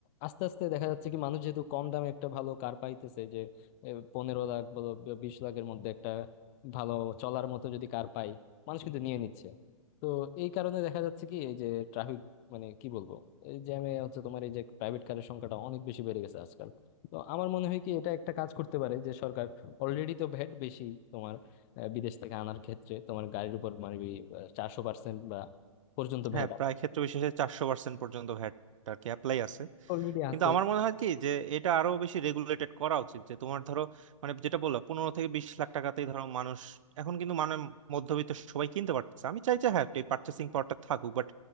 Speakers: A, on the left; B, on the right.
A: আস্তে আস্তে দেখা যাচ্ছে কি মানুষ যেহেতু কম দামে একটা ভালো কার পাইতেছে যে এ, পনেরো লাখ বলো ব- বিশ লাখের মধ্যে একটা ভালো চলার মতো যদি কার পাই মানুষ কিন্তু নিয়ে নিচ্ছে তো এই কারণে দেখা যাচ্ছে কি এই যে ট্রাফিক মানে কি বলবো এই জ্যামে হচ্ছে তোমার এই যে প্রাইভেট কারের সংখ্যাটা অনেক বেশি বেড়ে গেছে আজকাল তো আমার মনে হয় কি এটা একটা কাজ করতে পারে যে সরকার অলরেডি তো ভ্যাট বেশি তোমার আহ, বিদেশ থেকে আনার ক্ষেত্রে তোমার গাড়ির উপর মানে চারশো পার্সেন্ট বা পর্যন্ত
B: হ্যাঁ
A: ভ্যাট
B: প্রায় ক্ষেত্র বিশেষে চারশো পার্সেন্ট পর্যন্ত ভ্যাট আর কি অ্যাপ্লাই আছে
A: অলরেডি
B: কিন্তু
A: আছে
B: আমার মনে হয় কি যে এটা আরো বেশি রেগুলেটেড করা উচিত যে তোমার ধরো মানে যেটা বললাম পনেরো থেকে বিশ লাখ টাকাতেই ধরো মানুষ এখন কিন্তু মানে মধ্যবিত্ত সবাই কিনতে পারতেছে আমি চাই যে হ্যাঁ এই পার্চেসিং পাওয়ারটা থাকুক বাট